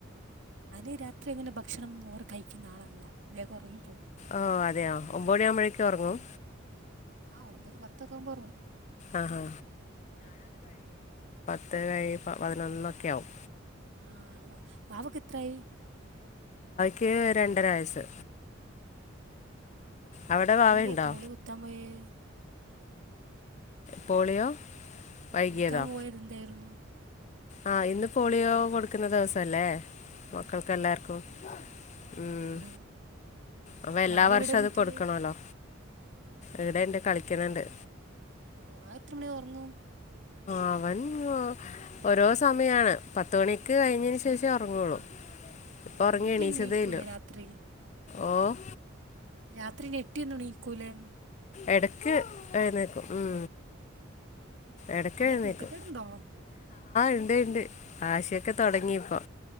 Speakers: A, on the right; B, on the left.
A: ഈ രാത്രി അങ്ങനെ ഭക്ഷണം ഓറ് കയ്ക്ക്ണ ആളല്ല വേഗം ഉറങ്ങിപ്പോവും
B: ആ അതെയോ ഒമ്പണിയാവുമ്പോഴേക്കൊറങ്ങും
A: ആ ഒമ്പത് പത്ത്ക്കാവുമ്പൊറങ്ങും
B: ആഹാ ത്ത് കഴി പതിനൊന്നൊക്കാവും
A: ആ വ വാവക്കെത്രായി
B: ക്ക് രണ്ടര വയസ്സ് അവിടെ ബാവയുണ്ടോ
A: അന്തെ കോള് കുത്താ പോയെ
B: പോളിയോ വൈകിയതോ
A: ഇട്ക്കാൻ പോയതെന്തേര്ന്നു
B: ആ ഇന്ന് പോളിയോ കൊടുക്കുന്ന ദേവസല്ലേ മക്കക്കെല്ലാർക്കും
A: ഓ ഓ
B: ഉം
A: അങ്ങനെ
B: അപ്പൊ എല്ലാ
A: വാവ
B: വർഷം
A: ഇവിടെ എന്നിട്ട്
B: അത് കൊടുക്കണല്ലോ ഇവിടെ ഇണ്ട് കളിക്കണണ്ട്
A: ഓഹ് ആത് എത്ര മണി ഒറങ്ങും
B: ആവൻ ന് ഓരോ സമയാണ് പത്ത് മണിക്ക് കഴിഞ്ഞെന് ശേഷെ ഒറങ്ങുളൂ. ഇപ്പൊ
A: ഏ
B: ഒറങ്ങി
A: ഞെട്ടിയൊന്നും
B: എണീച്ചതെ
A: എണീക്കൂലേ
B: ഇല്ല.
A: രാത്രി
B: ഓ
A: രാത്രി ഞെട്ടിഒന്നും എണീക്കൂലെ.?
B: എടക്ക് എഴുന്നേക്കും ഉം എടക്ക്ഴുന്നേക്കും
A: നല്ല കുരുത്തക്കേടുണ്ടോ
B: ഇണ്ട് ഇണ്ട് വാശിക്കെ തുടങ്ങിപ്പോ